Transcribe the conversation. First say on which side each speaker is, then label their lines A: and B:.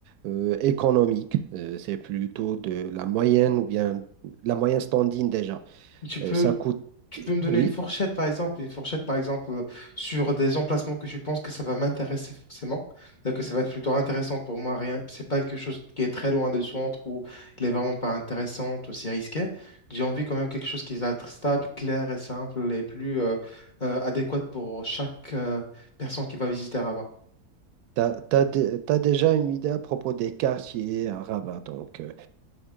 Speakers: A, on the right; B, on the left.
A: euh, économiques, Euh, c'est plutôt de la moyenne ou bien la moyenne standing déjà.
B: Tu peux,
A: Euh, ça coûte,
B: Tu peux me donner
A: oui,
B: une fourchette, par exemple, une fourchette, par exemple, euh, sur des emplacements que tu penses que ça va m'intéresser forcément, euh, que ça va être plutôt intéressant pour moi. Rien, c'est pas quelque chose qui est très loin du centre ou il est vraiment pas intéressant ou c'est risqué. J'ai envie quand même quelque chose qui va être stable, clair et simple et plus euh, euh, adéquat pour chaque euh, personne qui va visiter Rabat.
A: t'as, t'as, dé- t'as déjà une idée à propos des quartiers à Rabat, donc. euh,